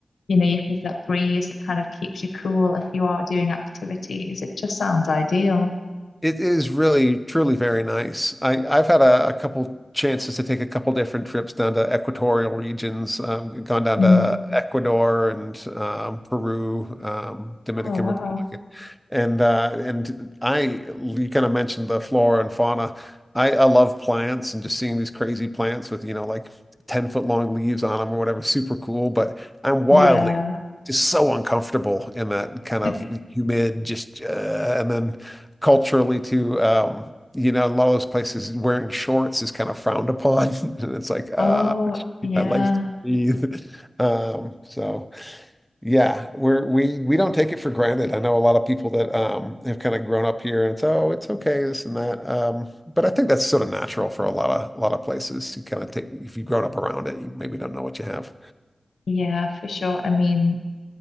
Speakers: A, on the left; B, in the centre.
A: you know, you have that breeze that kind of keeps you cool if you are doing activities. It just sounds ideal.
B: It is really, truly very nice. I, I've had a, a couple chances to take a couple different trips down to equatorial regions. Um, gone down
A: Mm.
B: to Ecuador and um, Peru, um, Dominican
A: Oh, wow.
B: Republic, and uh, and I you kind of mentioned the flora and fauna. I, I love plants and just seeing these crazy plants with you know like ten foot long leaves on them or whatever, super cool. But I'm wildly
A: Yeah.
B: just so uncomfortable in that kind
A: <laughs>
B: of humid, just uh, and then culturally too, um, you know, a lot of those places wearing shorts is kind of frowned upon. <laughs> And it's like, uh,
A: Oh,
B: I should keep
A: yeah.
B: my legs to breathe. <laughs> Um, so yeah, we're we we don't take it for granted. I know a lot of people that um have kind of grown up here and it's oh, it's okay, this and that. Um, but I think that's sort of natural for a lot of a lot of places to kind of take if you've grown up around it, you maybe don't know what you have.
A: Yeah, for sure. I mean,